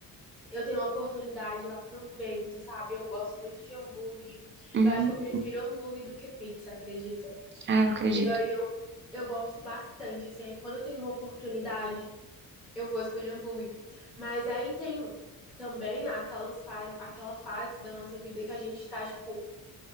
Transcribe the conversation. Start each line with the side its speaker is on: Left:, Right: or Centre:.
Centre: eu tenho a oportunidade, eu aproveito, sabe? Eu gosto muito de hambúrguer.
Right: Hum,
Centre: Eu acho que eu prefiro hambúrguer do que pizza, acredita?
Right: ah, eu acredito.
Centre: E aí eu, eu gosto bastante, assim. Aí quando eu tenho uma oportunidade, eu vou escolher hambúrguer. Mas aí tem também aquelas fa aquela fase da nossa vida que a gente tá, tipo,